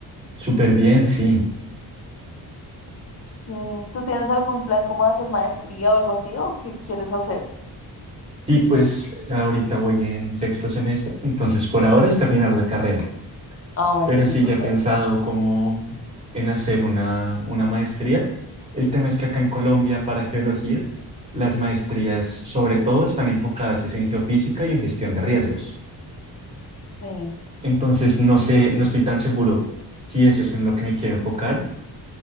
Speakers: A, on the right; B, on the left.
A: Súper bien, sí.
B: Sí, ¿tú tienes algún plan como de hacer maestría o algo así o qué quieres hacer?
A: Sí, pues ahorita voy en sexto semestre, entonces por ahora es terminar la carrera.
B: Ah, bueno,
A: pero
B: sí,
A: sí
B: total.
A: ya he pensado como en hacer una, una maestría. El tema es que acá en Colombia, para geología, las maestrías sobre todo están enfocadas es en geofísica y en gestión de riesgos.
B: Sí.
A: Entonces, no sé, no estoy tan seguro si eso es en lo que me quiero enfocar.